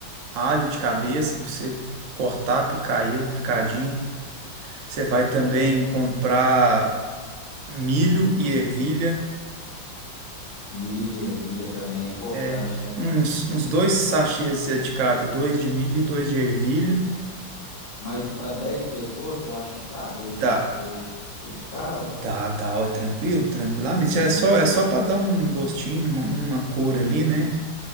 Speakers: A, on the right; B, on the left.
A: alho de cabeça, pra você cortar, picar ele, picadinho. Você vai também comprar milho e ervilha.
B: Milho e ervilha também é importante,
A: É,
B: né?
A: uns, uns dois sachês de cada, dois de milho e dois de ervilha.
B: Mas para 10 pessoas, você acha que dá? Dois,
A: Dá,
B: dois criticados?
A: dá, dá, ó, é tranquilo, tranquilamente.
B: Não,
A: É só,
B: então
A: é só
B: tá.
A: para dar um gostinho, uma, uma cor ali, né?